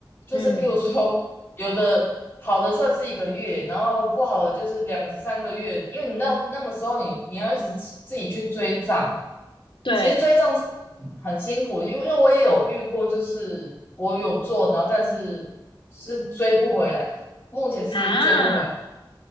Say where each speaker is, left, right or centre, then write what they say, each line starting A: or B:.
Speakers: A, on the left (about 25°); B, on the left (about 80°).
A: 就是譬如说，
B: 嗯，
A: 有的好的算是一个月，然后不好的就是两三个月，因为你到那个时候你你要一直自自己去追账，
B: 对
A: 其实追账是很辛苦，因为因为我也有遇过，就是我有做，然后但是是追不回来，目前是追不回来
B: 啊，